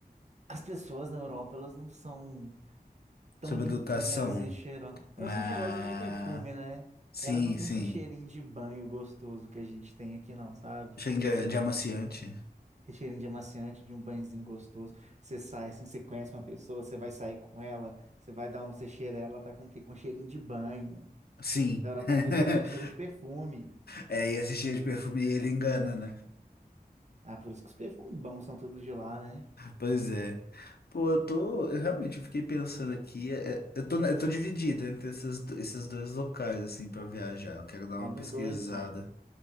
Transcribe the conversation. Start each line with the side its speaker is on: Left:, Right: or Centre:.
Right: as pessoas na Europa, elas não são tão
Left: Sobre
Right: limpinhas
Left: educação,
Right: e cheirosas. Elas
Left: ah,
Right: são cheirosas de perfume, né?
Left: sim,
Right: Elas não têm
Left: sim.
Right: esse cheirinho de banho gostoso que a gente tem aqui, não, sabe?
Left: Chega de, de amaciante.
Right: Esse cheirinho de amaciante, de um banhozinho gostoso. Você sai assim, você conhece uma pessoa, você vai sair com ela, você vai dar um, você cheira ela, ela tá com o quê? Com cheirinho de banho.
Left: Sim.
Right: Na Europa
Left: <laughs>
Right: as pessoas têm cheiro de perfume.
Left: É, e esse cheiro de perfume, ele engana, né?
Right: Ah, por isso que os perfumes bons são tudo de lá, né?
Left: Pois é. Pô, eu tô. Eu realmente eu fiquei pensando aqui. é, é, eu tô, eu tô dividido entre esses, do- esses dois locais, assim, pra viajar. Eu quero dar
Right: Vai
Left: uma
Right: nos
Left: pesquisada.
Right: dois, ué.